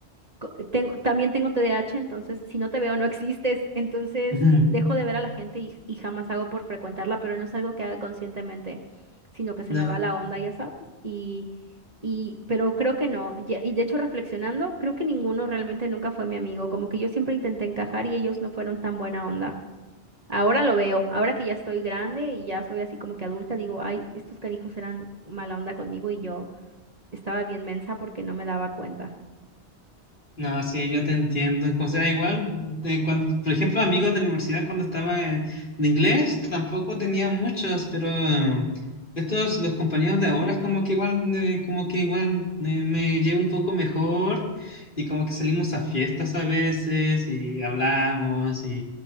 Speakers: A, on the right (about 35°); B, on the left (about 50°).
A: co- tengo, también tengo TDAH, entonces si no te veo no existes. Entonces
B: <laughs>
A: dejo de ver a la gente y, y jamás hago por frecuentarla, pero no es algo que haga conscientemente, sino que se
B: no,
A: me va la onda, ya sabes. Y, y, pero creo que no. ya- y de hecho, reflexionando, creo que ninguno realmente nunca fue mi amigo. Como que yo siempre intenté encajar y ellos no fueron tan buena onda. Ahora lo veo, ahora que ya estoy grande y ya soy así como que adulta, digo, ay, estos canijos eran mala onda conmigo y yo estaba bien mensa porque no me daba cuenta.
B: no, sí, yo te entiendo. O sea, igual, de cuando, por ejemplo, amigos de la universidad cuando estaba en, de inglés, tampoco tenía muchos, pero eh, estos, los compañeros de ahora, es como que igual, eh, como que igual eh, me llevo un poco mejor y como que salimos a fiestas a veces y hablamos